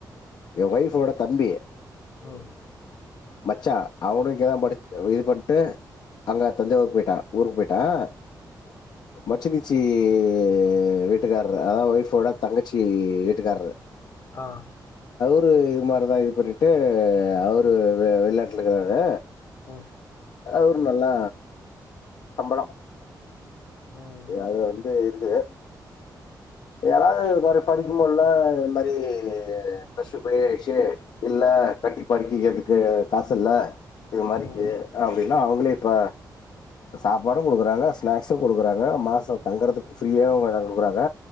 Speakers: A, on the left; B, on the left.
A: என் ஒய்ஃப்வோட தம்பி
B: உம்
A: மச்சான் அவனும் இங்கதான் படிச் அஹ் இது படி ட்டு அங்க தஞ்சாவூருக்கு போயிட்டான் ஊருக்கு போயிட்டான் மச்சினிச்சி இஇஇஇஇஇ வீட்டுக்காரர் அதான் ஒய்ஃப்வோட தங்கச்சி வீட்டுக்காரரு
B: அஹ்
A: இப்ப இது மாதிரிதான் இது பண்ணிட்டு அவரு வெளி நாட்டுல இருக்கிறாரு
B: ஆ
A: ஒரு நல்லா சம்பளம்
B: ம்
A: அது வந்து இருக்குது யாராவது இந்த மாரி படிக்கமுடியில்ல இந்த மாரி ப்ளஸ் டூ பெயில் ஆயிடுச்சு இல்ல கட்டி படிக்க வைக்கிறதுக்கு காசு இல்ல இது மாதிரிக்கு
B: ம்
A: அப்படின்னா அவங்களே இப்ப சாப்பாடும் குடுக்குறாங்க ஸ்நாக்ஸும் குடுக்குறாங்க மாசம் தங்கறதுக்கு ஃப்ரீயா எடம் குடுக்குறாங்க